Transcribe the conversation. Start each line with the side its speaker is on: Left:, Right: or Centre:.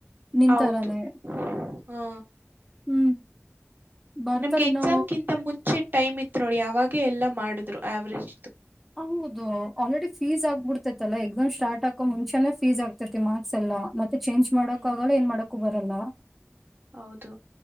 Centre: ನಿಂತರಾನೇ
Right: ಹೌದು ಹಾ.
Centre: ಹ್ಮ್ ಬರ್ತಾರೇನೋ
Right: ನಮ್ಗೆ ಎಕ್ಸಾಮ್ಗಿಂತ ಮುಂಚೆ ಟೈಮ್ ಇತ್ತು ನೋಡಿ ಅವಾಗೆ ಎಲ್ಲ ಮಾಡುದ್ರು ಆವರೇಜ್ದು.
Centre: ಹೌದು ಆಲ್ರೆಡಿ ಫೀಸ್ ಆಗ್ಬಿಡ್ತೈತ್ತಲ್ಲ ಎಕ್ಸಾಮ್ ಸ್ಟಾರ್ಟ್ ಆಕೋ ಮುಂಚೆನೇ ಫೀಸ್ ಆಗ್ತತಿ ಮಾರ್ಕ್ಸ್ ಎಲ್ಲಾ ಮತ್ ತ್ತೆ ಚೇಂಜ್ ಮಾಡಕು
Right: ಹ್ಮ್
Centre: ಆಗಲ್ಲ ಏನ್ ಮಾಡಕು ಬರಲ್ಲ
Right: ಹೌದು